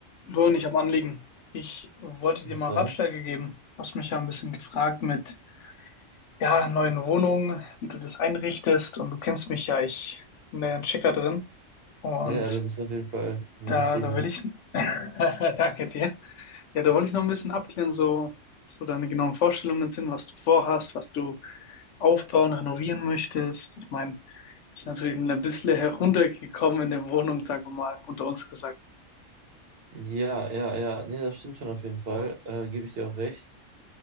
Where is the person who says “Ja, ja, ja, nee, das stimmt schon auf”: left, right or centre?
Right